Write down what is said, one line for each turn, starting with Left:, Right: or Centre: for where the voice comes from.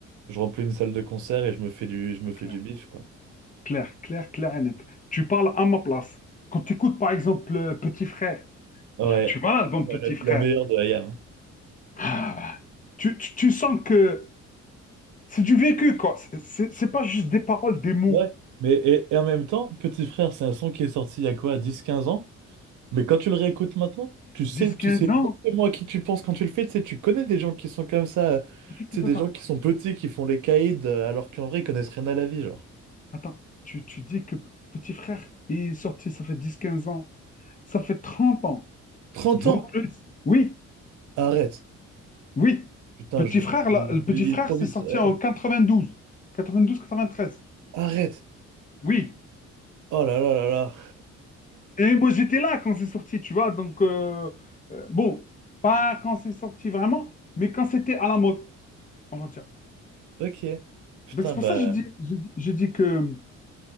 Right: je remplis une salle de concert et je me fais du, je me
Left: c'est
Right: fais
Left: clair.
Right: du bif, quoi.
Left: Clair, clair, clair et net. Tu parles à ma place. Quand tu écoutes, par exemple, euh, Petit Frère,
Right: Ah Ouais,
Left: tu vois l'album
Right: Ouais,
Left: Petit
Right: la,
Left: Frère.
Right: la meilleure de IAM. hein.
Left: Ah, bah, tu, tu, tu sens que c'est du vécu, quoi. C'est c'est- c'est pas juste des paroles, des mots.
Right: Ouais, mais et, et en même temps, Petit Frère, c'est un son qui est sorti il y a quoi, dix quinze ans? Mais quand tu le réécoutes maintenant, tu sais,
Left: dix
Right: tu
Left: quinze
Right: sais exactement
Left: ans?
Right: à qui tu penses quand tu le fais. Tu sais, tu connais des gens qui sont comme ça. euh,
Left: Attends,
Right: Tu
Left: attends,
Right: sais, des
Left: attends.
Right: gens qui sont petits, qui font les caïds, euh, alors qu'en vrai, ils connaissent rien à la vie, genre.
Left: Attends. Tu, tu dis que petit frère il est sorti, ça fait dix quinze ans. Ça fait 30 ans,
Right: trente
Left: voire
Right: ans!
Left: plus. Oui,
Right: Arrête!
Left: oui.
Right: Putain,
Left: Petit
Right: je vais
Left: frère,
Right: vais
Left: là, le petit
Right: vieillir
Left: frère,
Right: trop
Left: c'est
Right: vite.
Left: sorti
Right: Euh,
Left: en quatre-vingt-douze quatre-vingt-douze quatre-vingt-treize
Right: Arrête!
Left: Oui.
Right: Oh là là là là!
Left: Et moi, j'étais là quand c'est sorti, tu vois. Donc, euh, euh, bon, pas quand c'est sorti vraiment, mais quand c'était à la mode, on va dire.
Right: <laughs> Ok. Putain,
Left: Donc, c'est pour
Right: bah.
Left: ça que je dis, je, dis je dis que